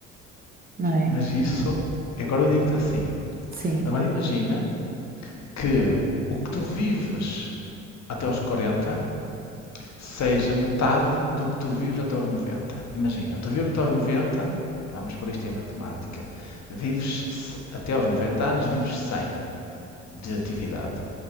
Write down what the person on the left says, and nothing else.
Mas isso, agora eu digo-te assim.
Agora imagina que o que tu vives até aos 40 seja metade do que tu vives até aos 90. Imagina, tu vives até aos 90, vamos por isto em matemática, vives até aos 90 anos, vives 100 de atividade.